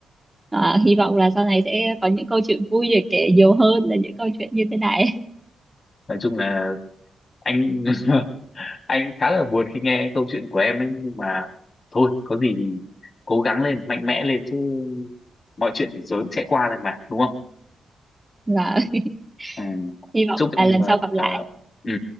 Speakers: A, on the right; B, on the left.
A: à, hy vọng là sau này sẽ có những câu chuyện vui để kể nhiều hơn là những câu chuyện như thế này
B: nói chung là anh <laughs> anh khá là buồn khi nghe câu chuyện của em ấy nhưng mà thôi có gì thì cố gắng lên mạnh mẽ lên chứ mọi chuyện thì rồi cũng sẽ qua thôi mà đúng không
A: và
B: ừ.
A: <laughs> hy vọng
B: chúc
A: là
B: em
A: lần
B: ờ,
A: sau gặp lại
B: ờ, ừ.